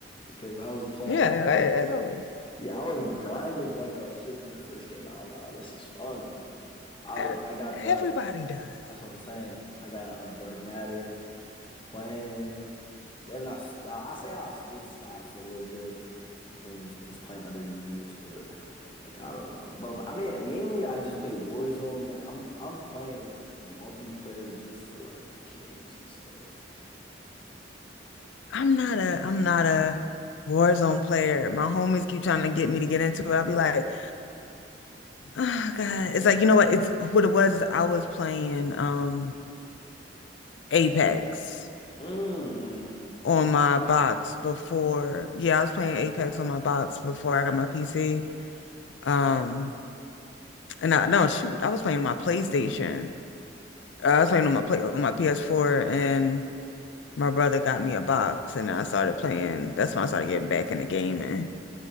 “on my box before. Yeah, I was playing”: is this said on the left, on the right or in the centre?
Left